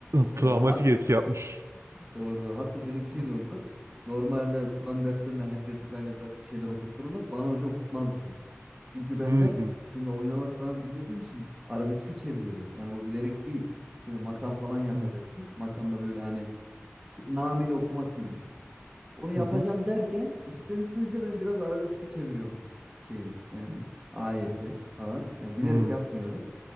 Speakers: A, on the right (about 15°); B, on the right (about 75°).
A: Ee,
B: Travmatik
A: hat
B: etki yapmış.
A: Doğru, doğru. Hatta şöyle bir şey
B: Hı
A: de oldu. Normalde Kur'an derslerinde herkes sırayla biraz bir şeyler okuttururlar. Bana hoca okutmazdı pek. Çünkü ben
B: hı
A: de şimdi oynaması falan dinlediğim için arabeski çeviriyordu. Yani bu bilerek değil. Şimdi makam falan yapacaktı.
B: hı
A: Makam böyle hani nameli okumak gibi düşün. Onu yapacağım
B: hı.
A: derken istemsizce ben biraz arabeski çeviriyorum şeyi yani ayeti falan. Yani bilerek
B: hı.
A: yapmıyorum.